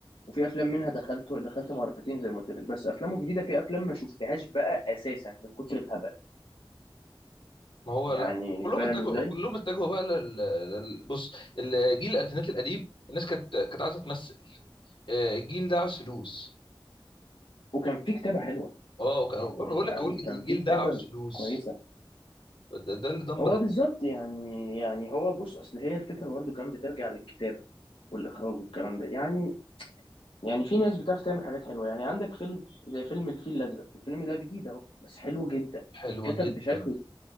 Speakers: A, on the left; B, on the left.
A: وفي افلام منها دخلت دخلت مرتين زي ما قلت لك بس افلامه الجديده في افلام ما شفتهاش بقى اساسا من كتر الهبل
B: ما هو
A: يعني
B: لا كلهم
A: فاهم
B: اتجهوا
A: ازاي
B: كلهم اتجهوا بقى لل... لل- بص الجيل الالفينات القديم الناس كانت كانت عايزه تمثل آه، الجيل ده عاوز فلوس
A: وكان في كتابه حلوه
B: اه وكان
A: يعني
B: بقول
A: يعني
B: لك هو الجيل
A: كان في كتابه
B: ده عاوز فلوس
A: كويسه
B: ده, ده اللي دمر
A: هو
B: الدنيا.
A: بالظبط يعني يعني هو بص اصل هي الفكره برضه كان بترجع للكتابه والاخراج والكلام ده يعني يعني في ناس بتعرف تعمل حاجات حلوه يعني عندك فيلم زي فيلم الفيل الازرق الفيلم ده جديد اهو بس حلو جدا
B: حلوه
A: اتكتب
B: جدا
A: بشكل